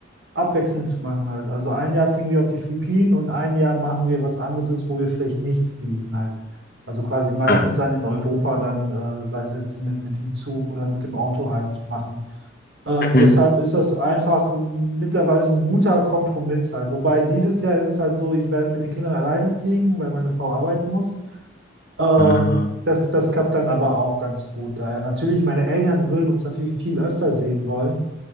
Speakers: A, on the right; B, on the left.
A: abwechselnd zu machen halt. Also ein Jahr fliegen wir auf die Philippinen und ein Jahr machen wir was anderes, wo wir vielleicht nicht fliegen halt. Also quasi meistens
B: Ah,
A: dann in Europa dann, äh, sei es jetzt mit, mit dem Zug oder mit dem Auto halt machen. Äh, deshalb
B: mhm.
A: ist das einfach mittlerweile so ein guter Kompromiss halt. Wobei dieses Jahr ist es halt so, ich werde mit den Kindern alleine fliegen, weil meine Frau arbeiten muss. Ähm,
B: Ah,
A: das, das klappt dann aber auch ganz gut. Daher natürlich, meine Eltern würden uns natürlich viel öfter sehen wollen,